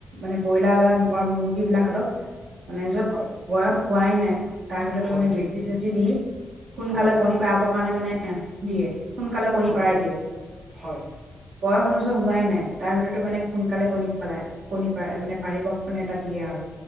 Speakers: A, on the right; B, on the right.
A: মানে ব্ৰইলাৰ বিলক বা মুৰ্গী বিলাক হতক মানে য'ত
B: হয়,
A: বয়স হোৱাই নাই তাৰ ভিতৰত
B: হয়,
A: মানে বেচি চেচি দি সোনকালে
B: হয়,
A: কণী পৰাবৰ কাৰণে মানে দিয়ে সোনকালে কণী
B: হয়,
A: পৰাই দিয়ে।
B: হয়,
A: বয়স অথচ হোৱাই নাই তাৰ ভিতৰতো মানে সোনকালে কণী পেলাই কণী পাই মানে পাৰিবস মানে এটা দিয়ে আৰু।